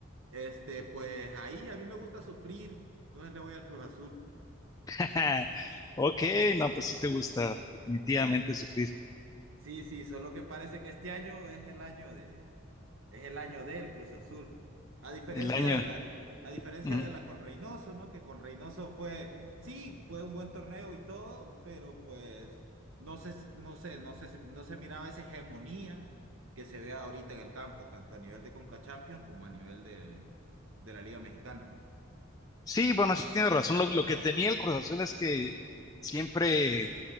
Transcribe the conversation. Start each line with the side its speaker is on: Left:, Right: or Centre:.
Right: Este, pues ahí a mí me gusta sufrir, entonces le voy al Cruz Azul.
Left: <laughs> Ok, no, pues sí te gusta definitivamente sufrir
Right: Sí, sí, solo que parece que este año es el año de, Es el año del Cruz Azul. A diferencia
Left: el año.
Right: de la, a diferencia
Left: Ujú.
Right: de la con Reynoso, ¿no? Que con Reynoso fue, sí, fue un buen torneo y todo, pero pues no sé, si- no sé, no sé, si- no se miraba esa hegemonía que se ve ahorita en el campo, tanto a nivel de Conca Champions como a nivel de, de la Liga Mexicana.
Left: Sí, bueno, sí tienes razón. Lo, lo que tenía el Cruz Azul es que siempre,